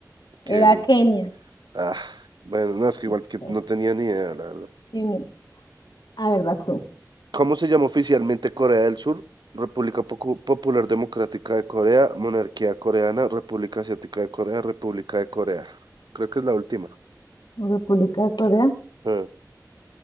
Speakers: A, on the right (about 85°); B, on the left (about 80°).
A: Kenia.
B: Era Kenia.
A: Ah, bueno, no, es que
B: Listo.
A: igual que no tenía ni idea, la verdad.
B: Sí, no. A ver, vas tú.
A: ¿Cómo se llama oficialmente Corea del Sur? República Pocu- Popular Democrática de Corea, Monarquía Coreana, República Asiática de Corea, República de Corea. Creo que es la última.
B: República de Corea.
A: Ah.